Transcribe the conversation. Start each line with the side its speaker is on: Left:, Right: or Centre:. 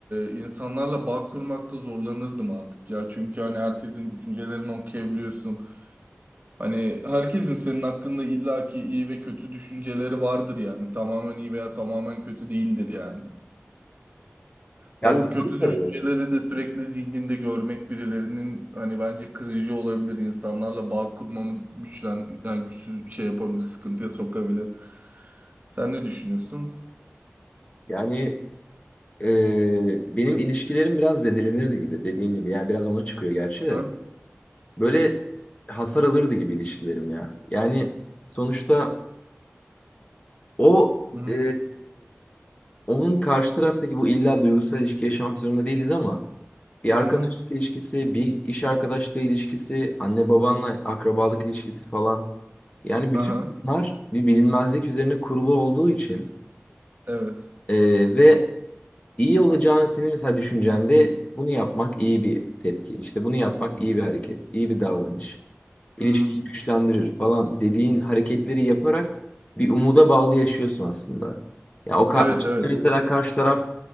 Right: e, insanlarla bağ kurmakta zorlanırdım artık ya. Çünkü hani herkesin düşüncelerini okuyabiliyorsun. Hani herkesin senin hakkında illaki iyi ve kötü düşünceleri vardır yani. Tamamen iyi veya tamamen kötü değildir yani. O
Left: Ya doğru
Right: kötü
Left: tabii.
Right: düşünceleri de sürekli zihninde görmek birilerinin hani bence kırıcı olabilir. İnsanlarla bağ kurmamı güçlen, yani güçsüz şey yapabilir, sıkıntıya sokabilir. Sen ne düşünüyorsun?
Left: Yani e, benim ilişkilerim biraz zedelenirdi gibi dediğin gibi. Yani biraz ona çıkıyor gerçi
Right: Ha?
Left: de. Böyle hasar alırdı gibi ilişkilerim ya. Yani sonuçta o
Right: Hı hı.
Left: e, onun karşı taraftaki bu illa duygusal ilişki yaşamak zorunda değiliz ama Bir arkadaşlık
Right: Hı hı.
Left: ilişkisi, bir iş arkadaşlığı ilişkisi, anne babanla akrabalık ilişkisi falan. Yani
Right: Aha.
Left: bütün bunlar bir bilinmezlik üzerine kurulu olduğu için
Right: Evet.
Left: e, ve iyi olacağını senin mesela düşüncende bunu yapmak iyi bir tepki. İşte bunu yapmak iyi bir hareket, iyi bir davranış. ilişkiyi
Right: Hı hı.
Left: güçlendirir falan dediğin hareketleri yaparak bir umuda bağlı yaşıyorsun aslında. Ya o ka-
Right: Evet
Left: içinde
Right: evet.
Left: mesela karşı taraf